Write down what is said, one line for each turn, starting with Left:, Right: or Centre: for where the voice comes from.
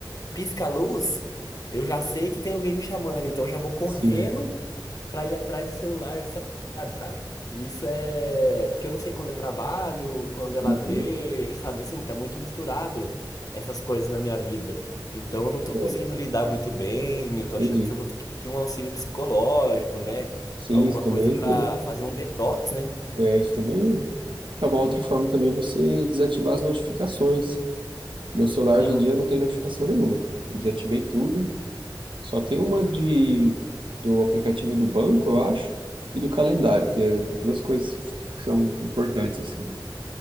Left: pisca a luz, eu já sei que tem alguém me chamando, então eu já vou correndo
Right: sim.
Left: para ir atrás do celular, sabe, cara? E isso é. Porque eu não sei quando é trabalho, quando é lazer,
Right: Uhum.
Left: sabe? Assim, tá muito misturado essas coisas na minha vida. Então eu não tô
Right: É,
Left: conseguindo lidar muito bem, eu
Right: entendi.
Left: tô achando que eu vou ter que pedir um auxílio psicológico, né?
Right: Sim,
Left: Alguma
Right: isso também
Left: coisa pra
Right: ajuda.
Left: fazer um detox, né?
Right: É, isso também ajuda. É uma outra forma também você desativar as notificações. Meu celular
Left: Ah,
Right: hoje em dia não tem notificação nenhuma. Eu desativei tudo. Só tem uma de do aplicativo do banco, eu acho, e do calendário, que é duas coisas que são importantes assim, né?